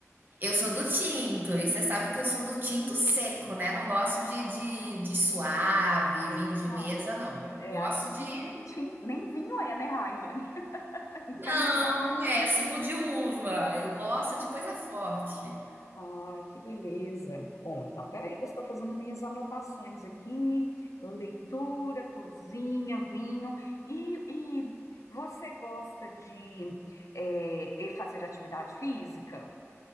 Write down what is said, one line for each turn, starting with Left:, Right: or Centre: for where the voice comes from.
Right: Eu sou do tinto, e você sabe que eu sou do tinto seco, né? Não gosto de, de, de suave,
Left: É,
Right: vinho de
Left: não,
Right: mesa, não. Eu
Left: é
Right: gosto
Left: aí
Right: de.
Left: nem, tin- nem vinho é, né, Rayane? <laughs> Fica
Right: Não,
Left: entre nós.
Right: não é suco de uva. Eu gosto
Left: né?
Right: de coisa forte.
Left: Ah, que beleza. Bom, então peraí que eu estou fazendo minhas anotações aqui, leitura, cozinha, vinho. E, e você gosta de eh, e fazer atividade física?